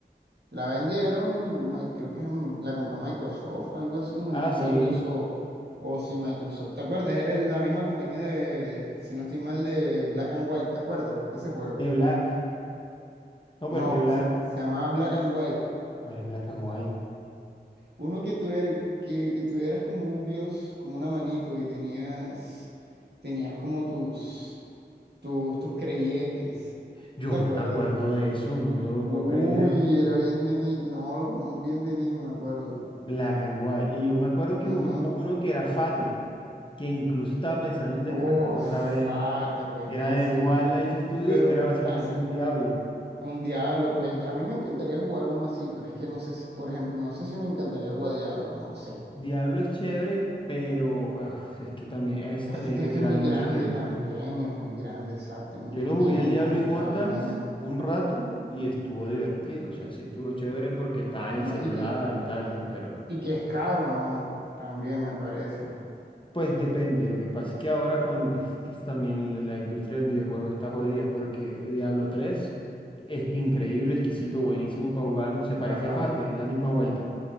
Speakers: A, on the right; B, on the left.
A: La vendieron, mi- creo que en- la compró Microsoft, algo así, no
B: Ah,
A: me acuerdo.
B: sí,
A: O, o si Microsoft, ¿te acuerdas? Era el- la misma compañía de, si no estoy mal, de Black and White, ¿te acuerdas? De ese juego.
B: de Black. No,
A: No,
B: pero es que Black.
A: se, se llamaba Black and White.
B: ¿Cuál es Black and White?
A: Uno que tú, er- que, que tú eras como un dios, como una manito, y tenías, tenías como tus, tus, tus creyentes.
B: Yo
A: ¿No te acuerdas?
B: no me acuerdo de eso, no te lo
A: Uy,
B: puedo creer.
A: era bien de niño. No, lo jugamos bien de niño, me acuerdo.
B: Black and White. Y yo me acuerdo que
A: Ujú.
B: jugamos uno que era Fate, que incluso estaba pensando en descargarlo
A: Uf,
B: otra vez.
A: Fate, buenísimo.
B: Que era de Wildlife Studios,
A: Pero
B: que era básicamente
A: hace
B: un Diablo.
A: un Diablo, pues a mí me encantaría jugar uno así, pero es que no sé si, por ejemplo, no sé si me encantaría jugar Diablo, no sé.
B: Diablo es chévere, pero uf, es que también, a ese también
A: Es que
B: hay que
A: es
B: tirarle
A: que es muy grande
B: mucho tiempo.
A: también, es muy grande, exacto,
B: Yo
A: y mucho
B: lo
A: tiempo,
B: jugué el Diablo
A: mucha
B: Immortals
A: vaina.
B: un rato y estuvo divertido, o sea, sí estuvo chévere porque estaba en
A: No,
B: el celular
A: y que,
B: y tales, pero
A: y que es caro, ¿no? También me parece.
B: pues depende, lo que pasa es que ahora con <laughs> es que también la la industria del videojuego está jodida porque Diablo 3 es que increíble, exquisito, buenísimo para jugarlo, se parece
A: Ajá,
B: a Fate, es la misma vuelta,